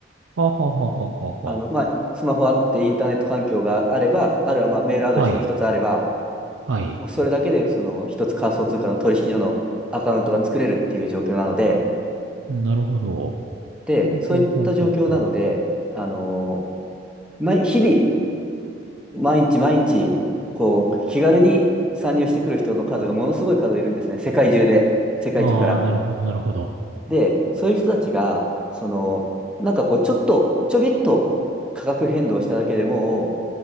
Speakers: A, on the right; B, in the centre.
A: はははははは。
B: あの、まあ、スマホあってインターネット環境があれば、あるいはまあメールアドレスが一つあれば、
A: はい。はい。
B: もうそれだけで、その一つ仮想通貨の取引所のアカウントが作れるっていう状況なので、
A: なるほど。
B: で、
A: ほうほうほうほうほ
B: そういった状況なので、あの毎日々、毎日毎日、こう、気軽に参入してくる人の数がものすごい数いるんですね、世界中で、世界中から。
A: う。ああ、なるほど、なるほど。
B: で、そういう人たちが、その、なんかこう、ちょっと、ちょびっと価格変動しただけでもう、